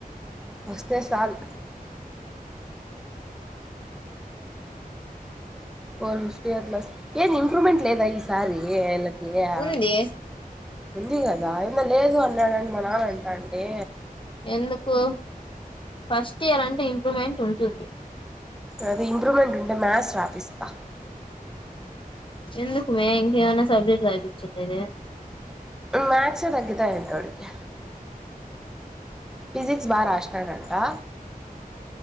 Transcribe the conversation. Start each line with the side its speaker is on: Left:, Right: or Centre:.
Centre: వస్తే చాలు ఫోర్ ఫిఫ్టీ అట్ల వస్తే ఏం ఇంప్రూవ్మెంట్ లేదా ఈ సారి అయా
Left: ఉంది
Centre: ఉంది కదా ఏంద లేదు అన్నాడండి మా నాన్న అంటా అండి
Left: ఎందుకు ఫస్ట్ ఇయర్ అంటే ఇంప్రూమెంట్ ఉంటుంది
Centre: అది ఇంప్రూమెంట్ ఉంటే మాథ్స్ ప్రాపిస్తా
Left: ఎందుకుమే ఇంక ఏమన్నా సబ్జెక్ట్ అపించలేదు
Centre: మ్యాథస్ే తగ్గతాయంట అడికి ఫిజక్స్ బార అష్ట కట్టా